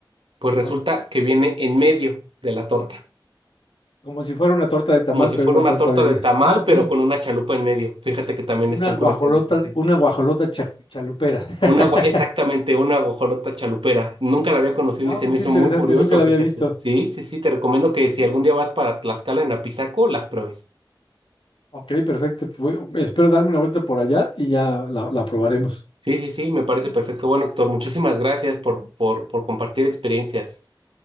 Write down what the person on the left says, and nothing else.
ajá.
Como si fuera una torta de tamal,
pero
una
torta
de...
Ah, ok.
Una
guajolota,
una guajolota cha- chalupera. <laughs>
Ah,
pues
qué
interesante,
nunca la
había visto.
Ok, perfecto. pues, espero darme una vuelta por allá y ya la, la probaremos.